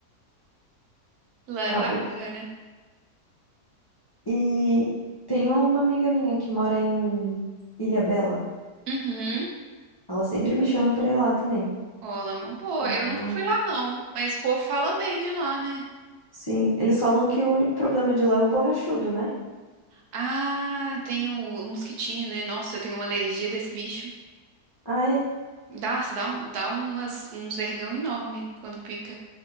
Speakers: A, on the right; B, on the left.
A: Lá
B: Cabo.
A: é bacana.
B: E tem uma amiga minha que mora em Ilha Bela.
A: Uhum.
B: Ela sempre me chama pra ir lá também.
A: Olá, é uma boa.
B: Eu
A: Eu
B: vou.
A: nunca fui lá, não. Mas o povo fala bem de lá, né?
B: Sim, eles falam que o único problema de lá é o borrachudo, né?
A: Ah, tem o, o mosquitinho, né? Nossa, eu tenho uma alergia desse bicho.
B: Ah, é?
A: Dá, dá, um- dá umas, uns vergão enorme quando pica.